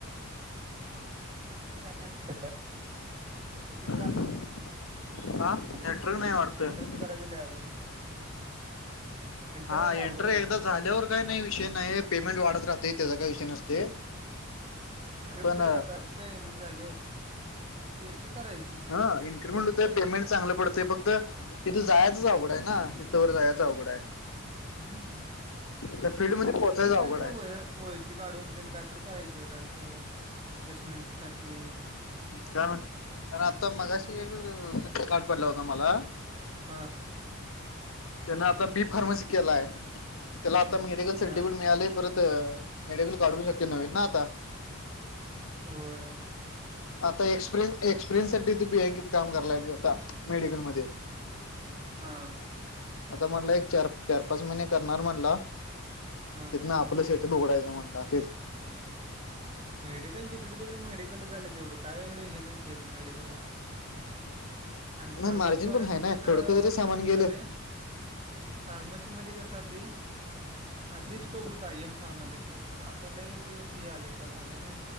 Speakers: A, on the right; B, on the left.
A: <unintelligible>
B: <unintelligible> हा नेटवर्क
A: टरिस्टी
B: नाही वाटतं
A: एंटर करायच लवड
B: हा
A: करायचं
B: एंट्री
A: अवघड आहे
B: एकदा
A: म्हटलं
B: झाल्यावर
A: तिथं.
B: काही नाही विषय नाही पेमेंट वाढत राहते त्याचा काय विषय नसते
A: आताच
B: पण
A: काय ए म झालेय थिएटर करायचं कुठे
B: हा
A: तर
B: इन्क्रीमेंट होते पेमेंट चांगलं पडतें फक्त तिथं जायच अवघडा आहे ना तिथं ववर जायचं अवघडा आहे.
A: हम्म
B: त्या फील्डमध्ये
A: श
B: पोहोचायचं
A: होू
B: अवघड
A: कायत्र
B: आहे
A: की काढून देन काहीत करायचं काय तर प्लेसमेंट साठी
B: कारण कारण आता मगाशीत गठ पडला होता मला
A: हा
B: त्यांन आता बी फार्मसी केलाय त्याला आता मेडिकल सर्टिफिकेट
A: हा
B: मिळाले परत मेडिकल काढू शक्य नव्न ना आता
A: वय.
B: आता एक्सपिरिय एक्सपिरियन्सठी त बिँ क काम कय आता मेडिकलमध्येध्ये. <unintelligible>
A: हा.
B: आता म्हटला एक चार चार पाच महिने करणार म्हटला
A: हा.
B: तिथन आपलं शेट बुघडायं म्हण ते
A: मेडिकल जिकडे तिकडे मेडिकल झाले तेवढं काय एवढं हे नाही ते मेडिकलला आणि
B: नाही
A: फार्मसीवाल्याच
B: मार्जिन पण आहे
A: नाही
B: ना
A: कसं
B: थोडक जरी
A: आता
B: सामान
A: कसं
B: गेलं
A: झालं फार्मसी मध्ये कस आधी आधी स्कप होता एम फार्मातने केल्यावर आता लय त्याच्यात हे आले. प आले ना